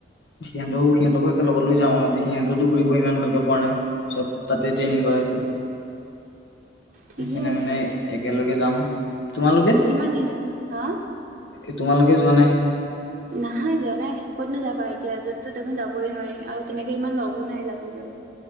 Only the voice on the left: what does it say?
সিহঁতকো সিহঁতকো একে লগত লৈ যাওঁ আৰু এতিয়া সিহঁতেটো ঘূৰিব ইমান ভালকে পোৱা নাই। চব তাতে ট্ৰেইনিং কৰাই আছে,
সেইকাৰণে
মানে একেলগে যাম। তোমালোকে
এই তোমালোকে যোৱা নাই হে হে।